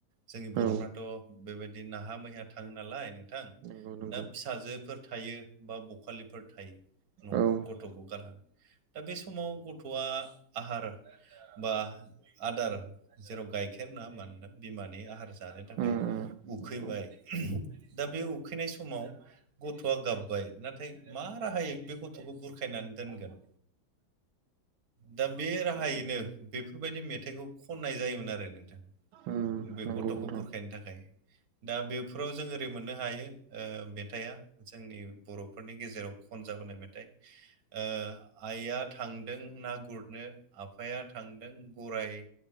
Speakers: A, on the right; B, on the right.
A: जोंनि बर'फ्राथ
B: औ
A: बेबायदि नाहा मैहा थाङो नालाय नोंथां
B: नंगौ नंगौ
A: दा फिसाजोफोर थायो बा बखालिफोर थायो न'आव
B: औ उम
A: गथ'खौ गारङो दा बे समाव गथ'आ आहार बा आदार जेराव गाइखेर नङा मानोना बिमानि आहार जानो थाखाय
B: उम
A: उखैबाय
B: नंगौ
A: दा बे उखैनाय समाव गथ'आ गाबबाय नाथाय मा राहायै बे गथ'खौ बुरखायनानै दोनगोन दा बे राहायैनो
B: नंगौ
A: बेफोरबायदि मेथाइखौ खननाय जायोमोन आरो नोंथां
B: उम
A: बे
B: नंगौ
A: गथ'खौ
B: नोंथां
A: बुरखायनो थाखाय दा बेफोराव जों ओरै मोननो हायो ओ मेथाइया जोंनि बर'फोरनि गेजेराव खनजाबोनाय मेथाइ ओ आइया थांदों ना गुरनो आफाया थांदों गराय